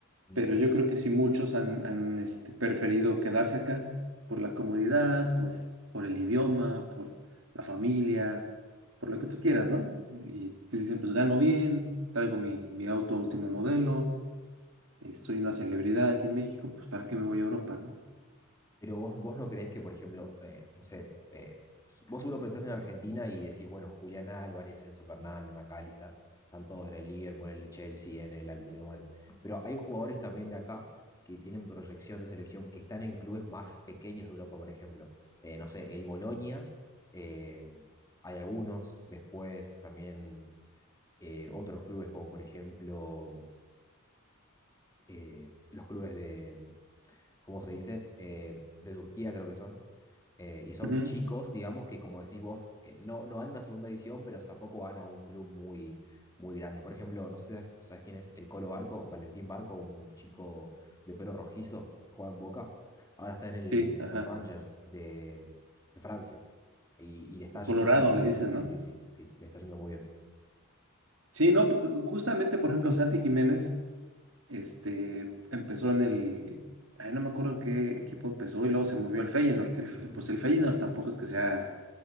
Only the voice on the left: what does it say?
Ujú.
Pero vos, vos no creés que, por ejemplo, eh, no sé, eh, vos seguro pensás en Argentina y decís, bueno, Julián Álvarez, Enzo Fernández, McAllister, están todos en el Liverpool, en el Chelsea, en el Atlético de Madrid. Pero hay jugadores también de acá que tienen proyección de selección, que están en clubes más pequeños de Europa, por ejemplo. Eh, no sé, el Bolonia, eh, hay algunos, después también eh, otros clubes como, por ejemplo, eh, los clubes de como se dice, eh, de Turquía creo que son. Eh, y son
chicos, digamos, que como decís vos, eh, no, no van a una segunda división, pero tampoco van a un club muy, muy grande. Por ejemplo, no sé si sabes, sabes quién es el Colo Barco, Valentín Barco, un chico de pelo rojizo que juega en Boca. Ahora está en el,
en el Rangers de, de Francia y, y le está yendo
muy
bien.
Sí,
sí, sí, sí, le está yendo muy bien.
Ujú.